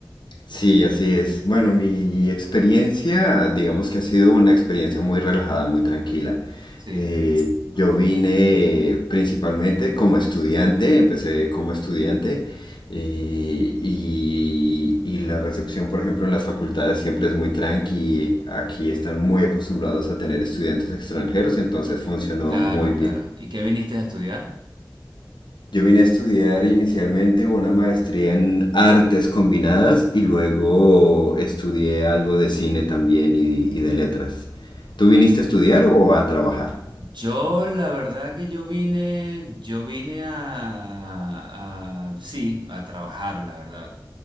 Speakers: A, on the left; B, on the right.
A: Sí, así es. Bueno, mi experiencia, digamos que ha sido una experiencia muy relajada, muy tranquila.
B: Sí,
A: Eh, yo vine principalmente como estudiante, empecé como estudiante eh, y, y la recepción, por ejemplo, en las facultades siempre es muy tranqui. Aquí están muy acostumbrados a tener estudiantes extranjeros, entonces funcionó
B: claro,
A: muy
B: claro.
A: bien
B: ¿Y qué viniste a estudiar?
A: yo vine a estudiar inicialmente una maestría en artes combinadas y luego estudié algo de cine también y, y de letras. ¿Tú viniste a estudiar o a trabajar?
B: Yo, la verdad que yo vine, yo vine a, a- sí, a trabajar, la verdad,